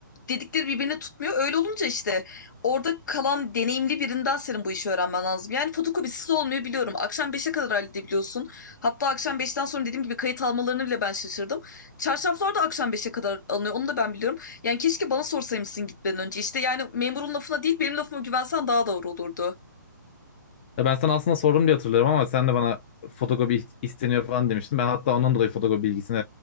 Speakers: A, on the left; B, on the left.
A: dedikleri birbirine tutmuyor. Öyle olunca işte orada kalan deneyimli birinden senin bu işi öğrenmen lazım. Yani fotokopisiz olmuyor biliyorum. Akşam beşe kadar halledebiliyorsun. Hatta akşam 5'ten sonra dediğim gibi kayıt almalarını bile ben şaşırdım. Çarşaflar da akşam beşe kadar alınıyor. Onu da ben biliyorum. Yani keşke bana sorsaymışsın gitmeden önce. İşte yani memurun lafına değil benim lafıma güvensen daha doğru olurdu.
B: Ya ben sana aslında sordum diye hatırlıyorum ama sen de bana fotokopi iht- isteniyor falan demiştin. Ben hatta ondan dolayı fotokopi bilgisini